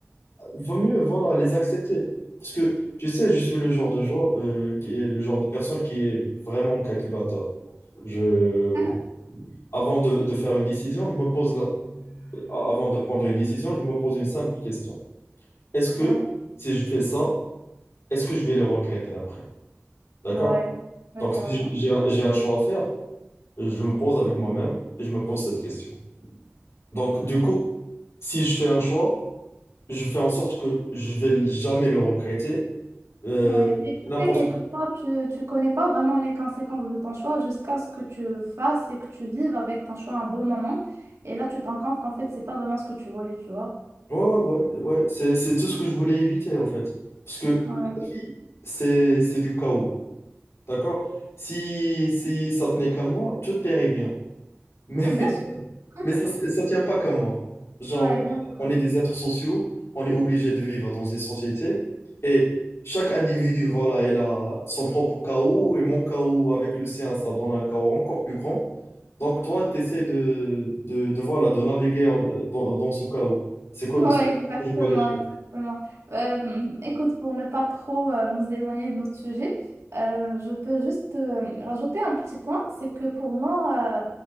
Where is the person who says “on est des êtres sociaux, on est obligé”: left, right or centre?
Left